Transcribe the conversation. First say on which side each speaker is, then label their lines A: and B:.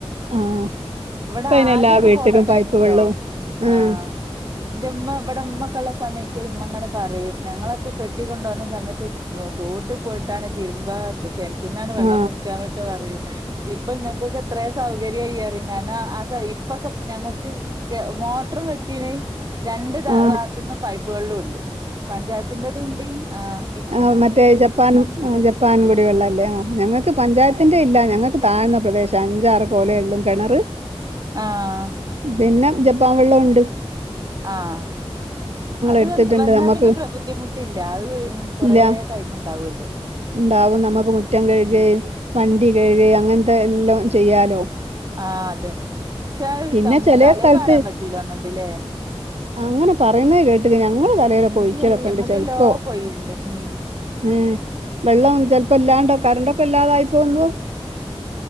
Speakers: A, on the right (about 85°); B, on the right (about 40°).
A: ആ
B: ഇവടെആദ്യൊക്കെ
A: ഇപ്പൊ അതിന് എല്ലാ വീട്ടിലും
B: പോവണ്ടായിന്നിട്ടോ
A: പൈപ്പ് വെള്ളവും ഉം,
B: ആഹ് ഇന്റെ ഉമ്മ ഇവിടെഉമ്മക്കള്ള സമയത്ത് ഉമ്മഅങ്ങനെ പറയും ഞങ്ങളൊക്കെ കെട്ടിക്കൊണ്ടോന്ന സമയത്ത് ജോ തോട്ട്പോയിട്ടാണ് തിരുമ്പ കെണ് റ്റ്ന്നാണ് വെള്ളം
A: ആ
B: മുക്കന്നൊക്കെ പറയും ഇപ്പൊനിഞകൊക്കെ എത്ര സൗകര്യയിഅറി ഞാനാ അസ ഇപ്പൊക്കെ ഞങ്ങൾക്ക് കെ മോട്ട്റും വെച്ച്ണ് രണ്ട് ത
A: ആ
B: ഭാഗത്ന്നും പൈപ് വെള്ളൊണ്ട്. പഞ്ചായത്തിന്റെതൂണ്ട്ആഹ്
A: ആഹ് മറ്റേ ജെപ്പാ ആഹ് ജെപ്പാൻ
B: ആഹ്
A: കൂടി വെള്ളല്ലേ ആഹ് ഞങ്ങൾക്ക് പഞ്ചായത്തിന്റെ ഇല്ല ഞങ്ങക്ക് താഴ്ന്ന പ്രദേശാ അഞ്ചാറ് കോലേള്ളൂ കെണെറ്
B: ആഹ്
A: പിന്നെ ജെപ്പാൻ വെള്ളോണ്ട്.
B: ആഹ് അത്
A: എടുത്തിട്ടുണ്ട്
B: വന് വെന്നാ
A: നമുക്ക്
B: പിന്നെ പ്ര ബുദ്ധിമുട്ടില്ല അയ് ഉം കൊറേ
A: ഇല്ല
B: ടൈം ഉണ്ടാവുമല്ലോ
A: ഇണ്ടാവുംന്നമ്മക്ക് മുറ്റം കഴുകേ
B: ഉം
A: വണ്ടി കഴ്കേ അങ്ങൻത്തെ എല്ലൊം ചെയ്യാലോ
B: ആഹ് അതെ ചേ
A: പിന്നെ
B: തം
A: ചില
B: തലേ
A: സ്ഥലത്ത്
B: പാരാൻ പറ്റൂലാന്നിണ്ട്ല്ലേ
A: അങ്ങനെ പറയുന്നെ കേട്ടിക്ക് ഞങ്ങള് തലെലൊക്കെ
B: മുടിയെല്ല
A: ഒയിക്കലൊക്കെണ്ട്
B: മുടിയെല്ലോം
A: ചെൽപ്പോ
B: കൊഴിയ്ണ്ട് ഉം
A: ഏഹ് വെള്ളം ചെൽപ്പല്ലാണ്ട് കർണ്ടൊക്കെ ഇല്ലാതൊയിപ്പോമ്പോ